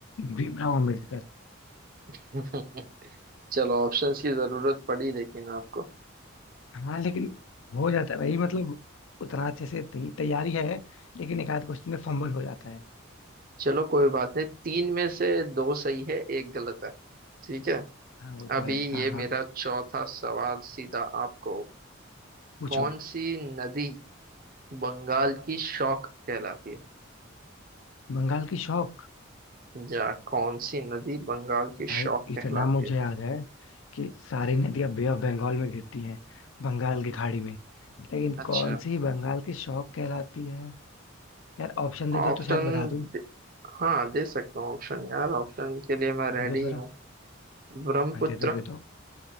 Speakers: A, on the left (about 70°); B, on the right (about 45°).
A: भीमराव अम्बेडकर
B: थे <laughs> चलो ऑप्शंस की जरूरत पड़ी लेकिन आपको
A: हाँ लेकिन हो जाता है भाई मतलब उतना अच्छे से तै- तैयारी है लेकिन एक आध क्वेश्चन में फंबल हो जाता है
B: चलो कोई बात नहीं तीन में से दो सही है एक गलत है ठीक है
A: हाँ वो तो
B: अभी
A: है हाँ
B: ये
A: हाँ
B: मेरा चौथा सवाल सीधा आपको
A: पूछो
B: कौन सी नदी बंगाल की शौक कहलाती है
A: बंगाल की शौक
B: या कौन सी नदी बंगाल की
A: भाई
B: शौक
A: इतना
B: कहलाती
A: मुझे
B: है
A: याद है कि सारी नदियां बे ऑफ बंगाल में गिरती हैं बंगाल की खाड़ी में लेकिन
B: अच्छा
A: कौन सी बंगाल की शौक कहलाती है यार ऑप्शन दे
B: ऑप्शन
A: दो तो शायद बता दूं
B: दे, हाँ दे सकता हूँ ऑप्शन यार ऑप्शन के लिए मैं
A: दे
B: रेडी
A: दो जरा
B: हूँ ब्रह्मपुत्र
A: हाँ, दे दो दे दो